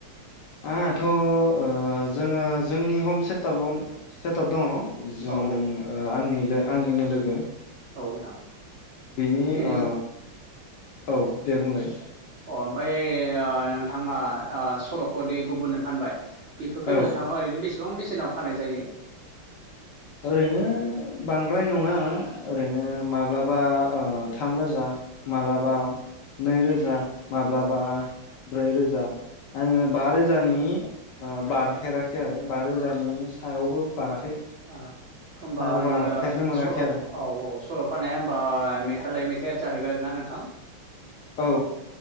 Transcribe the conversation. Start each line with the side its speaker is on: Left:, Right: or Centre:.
Left: आहाथ' ओ जोङो जोंनि हम सेटाब ओम सेटाप दङ जों
Right: औ औ
Left: ओ आंनि लो ओ आंनिनो लोगो
Right: औ नोंथां
Left: बिनि
Right: बेजों
Left: ओ औ दे बुंलाय
Right: अ ओमफाय ओ नोंथाङा ओ सल'खौदि गुबुननो फानबाय बेफोरखो
Left: औ
Right: नोंथाङा ओरैनो बेसेबां बेसेनाव फाननाय जायो
Left: ओरैनो बांद्राय नङा ओरैनो माब्लाबा ओ थाम रोजा मालाबा
Right: औ
Left: नैरोजा माब्लाबा
Right: औ
Left: ब्रैरोजा आङो बा रोजानि ओ बारफेराखै आरो बा रोजानि सायावबो बाराखै
Right: ओ होमबा
Left: सायाव
Right: ओरैनो
Left: बारफेरनो मोनाखै
Right: सल' औ
Left: आरो
Right: औ सल' फाननाया होनबा मेथाइ लाय मेथाइआ जाहैबाय आरो ना नोंथां
Left: औ